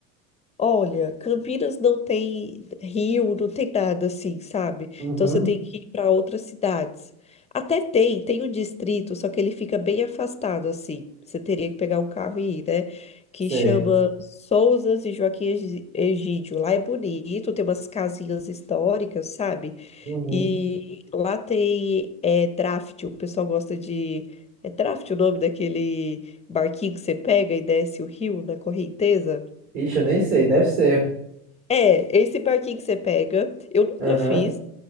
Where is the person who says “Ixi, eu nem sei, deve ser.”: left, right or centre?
Right